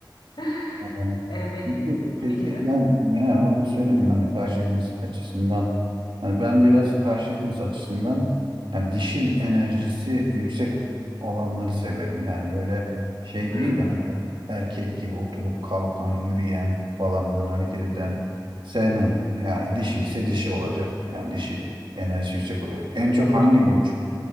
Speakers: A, on the left; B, on the right.
A: <laughs>
B: Yani,
A: E, benim
B: Peki, peki
A: benim
B: lan ne onu da söylemiyor hani karşı cins açısından hani ben biraz karşı cins açısından yani dişil enerjisi yüksek olanları severim yani böyle şey
A: hı
B: değil de hani böyle erkek gibi oturup kalkan yürüyen falan böyle hareket eden sevmem yani dişi ise dişi olacak yani dişil enerjisi yüksek olur. En çok hangi burç